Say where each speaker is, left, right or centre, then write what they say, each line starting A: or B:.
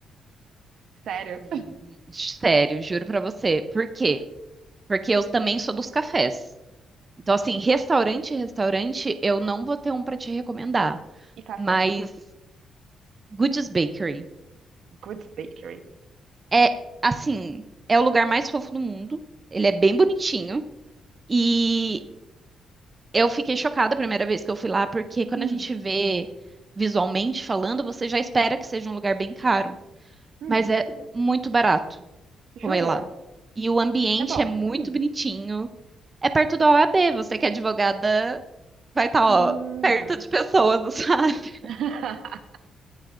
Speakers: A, on the right; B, on the right.
A: Sério.
B: Hum, sério, juro pra você. Por quê? Porque eu também sou dos cafés. Então, assim, restaurante, restaurante, eu não vou ter um pra te recomendar,
A: E café.
B: mas Goodies Bakery
A: Goods Bakery.
B: é, assim, é o lugar mais fofo do mundo. Ele é bem bonitinho e eu fiquei chocada a primeira vez que eu fui lá, porque quando
A: Hum,
B: a gente vê visualmente falando, você já espera que seja um lugar bem caro,
A: hum.
B: mas é muito barato
A: Jura?
B: comer lá. E o ambiente
A: Isso é bom.
B: é muito bonitinho. É perto da OAB, você que é advogada, vai estar, ó,
A: Hum.
B: perto de pessoas, <laughs> sabe?
A: <laughs>